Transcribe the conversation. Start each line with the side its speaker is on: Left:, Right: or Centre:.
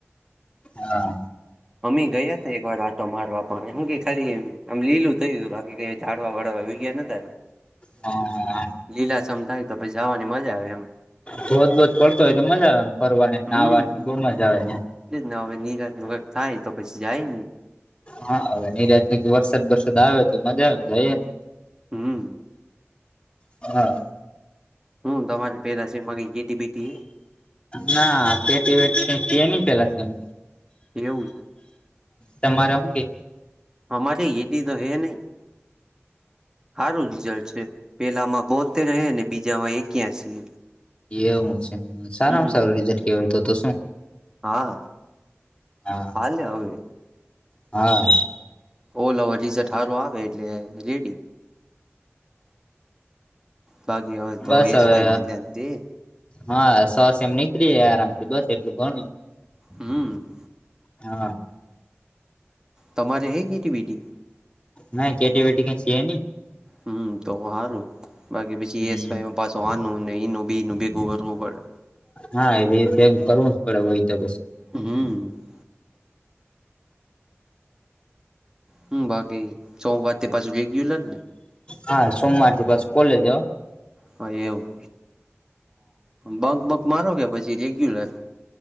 Left: હા
Right: મમ્મી ગયા તા એક વાર આટો મારવા પણ એમ કે ખાલી આમ લીલું થયું હતું બાકી ઝાડવા બાળડવા વઈ ગયા નતા ને
Left: ના...
Right: લીલાસમ થાય તો પછી જવાની મજા આવે એમ
Left: ધોધ બોધ પડતો હોય તો મજા આવેને ફરવાની નાહવાનીને
Right: હમ
Left: બહુ મજા આવે ને
Right: એ જ ને હવે નિરાત ન કક થાય તો પછી જાય ને
Left: હા હવે નિરાત ન વરસાદ વરસાદ આવે્યો તો મજા આવે તોઈ ને
Right: હમ
Left: હા
Right: હું તમારે પેલાશે મરી જેેટી બીટી
Left: ના પેટી વેટી કઈ ન પેલા છે એમ
Right: એવું છે
Left: તમારે હું કે
Right: અમારે એટી તો હે નહી હારું રિઝલ્ટ છે પેલામાં બોતેર હે અને બીજામાં એક્યાસી
Left: એવું છે સારામાં
Right: હે હમમ
Left: સારું રીઝલ્ટ કેવાય તો તો શું
Right: હા
Left: હા
Right: હાલે હવે
Left: હા
Right: ઓલવ રિઝલ્ટ હારુ આવે એટલે રેડી બાકી હો તો
Left: બસ
Right: એસ
Left: હવે
Right: વાય માં ધ્યાન દે
Left: હા સો સૈમ એમ નીકળી જાય આરામથી બસ એટલું ભણું
Right: હમ
Left: હા
Right: તમારે હે કેટી બેટી?
Left: ના એટી બેેટી કઈ છે નઈ.
Right: હમ તો સારું, બાકી પછી
Left: હમ
Right: એસ વાય માં પાછું આનું એનું બેય ભેગું કરવું પડે.
Left: હા એમ કરવું જ પડે હોય તો બસ'ઔ
Right: હમ, ! હમ બાકી સોમવાર થી પાછું રેગ્યુલર?
Left: હા સોમવારથી પાસું કોલેજ હા
Right: હા એવું બંક બંક મારો કે પછી રેગ્યુલર?